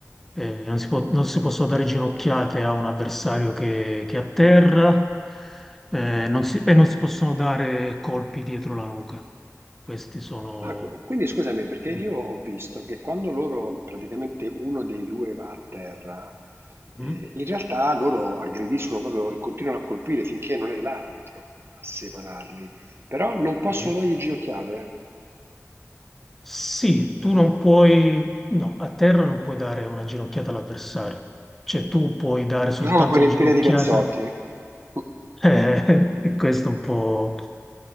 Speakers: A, in the centre; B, on the right.
A: eh, non si può- non si possono dare ginocchiate a un avversario che, che atterra, eh, non si- e non si possono dare colpi dietro la nuca. Questi sono...
B: Ah, qu- quindi scusami, perché io
A: Mm.
B: ho visto che quando loro, praticamente uno dei due va a terra,
A: Mhm.
B: eh, in realtà loro aggrediscono proprio e continuano a colpire finché non è l'arbitro a separarli, però non possono
A: Sì,
B: dargli ginocchiate, eh?
A: Sì, tu non puoi... No, a terra non puoi dare una ginocchiata all'avversario. Cioè tu puoi dare soltanto
B: però lo puoi riempire
A: una ginocchiata.
B: di cazzotti. <laughs>
A: Eh, <laughs> questo è un po'...